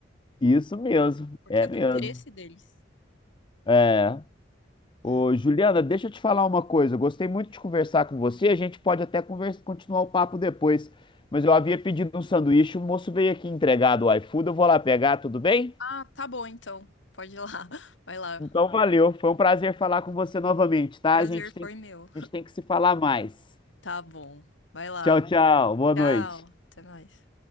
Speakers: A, on the left; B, on the left.
A: Isso mesmo,
B: porque
A: é
B: é do
A: mesmo.
B: interesse deles.
A: É.
B: Hum.
A: Ô, Juliana, deixa eu te falar uma coisa. Eu Gostei muito de conversar com você. A gente pode até conversa- continuar o papo depois. Mas eu havia pedido um sanduíche, o moço veio aqui entregar do iFood. Eu vou lá pegar, tudo bem?
B: Ah, tá bom então. Pode ir lá. <laughs> Vai lá.
A: Então valeu. Foi um prazer falar com você novamente, tá?
B: Prazer
A: A gente tem,
B: foi meu.
A: a gente tem que se falar mais.
B: Tá bom. Vai lá.
A: Tchau, tchau. Boa
B: Tchau.
A: noite.
B: Até mais.